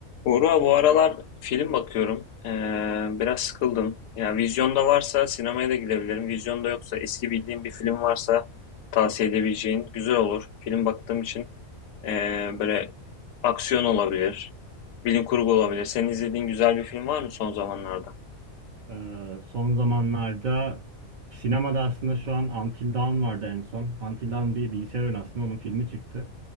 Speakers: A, on the left; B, on the right.
A: Buğra, bu aralar film bakıyorum. Ee, biraz sıkıldım. Ya vizyonda varsa sinemaya da gidebilirim. Vizyonda yoksa eski bildiğim bir film varsa tavsiye edebileceğin güzel olur. Film baktığım için ee, böyle aksiyon olabilir, bilim kurgu olabilir. Senin izlediğin güzel bir film var mı son zamanlarda?
B: Ee, son zamanlarda sinemada aslında şu an Until Dawn vardı en son. Until Dawn bir bilgisayar oyunu aslında onun filmi çıktı.